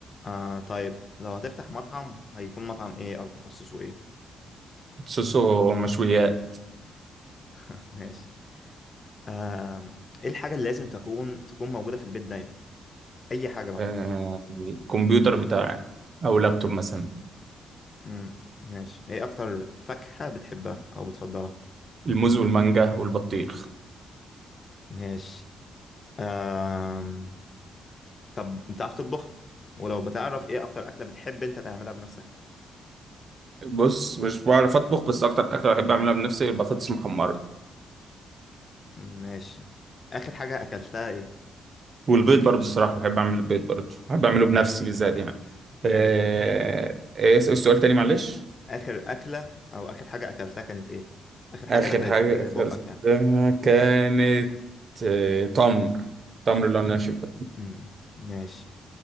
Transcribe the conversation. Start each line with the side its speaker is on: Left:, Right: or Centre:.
Left: آه طيب لو هتفتح مطعم هيكون مطعم ايه او تخصصه ايه
Right: خصوصا مشويات
Left: <laughs> ماشي آه ايه الحاجة اللي لازم تكون تكون موجودة في البيت دايما اي حاجة بقى
Right: آه، الكمبيوتر بتاعي او لابتوب مثلا
Left: امم ماشي ايه اكتر فاكهة بتحبها او بتفضلها
Right: الموز والمانجا والبطيخ
Left: ماشي آه طب بتعرف تطبخ ولو بتعرف ايه اكتر اكلة بتحب انت تعملها بنفسك
Right: بص مش بعرف اطبخ بس اكتر اكله بحب اعملها بنفسي البطاطس المحمره
Left: ماشي آخر حاجة أكلتها إيه؟
Right: والبيض برضه الصراحه بحب اعمل البيض برضه بحب اعمله بنفسي بالذات يعني آه،
Left: أيوه أيوه
Right: ايه السؤال تاني معلش
Left: آخر أكلة أو آخر حاجة أكلتها كانت إيه؟ آخر حاجة
Right: اخر
Left: دخلت
Right: حاجه
Left: آه،
Right: اكلتها
Left: بقك يعني
Right: كانت آه، تمر تمر اللي انا شفته
Left: أمم، ماشي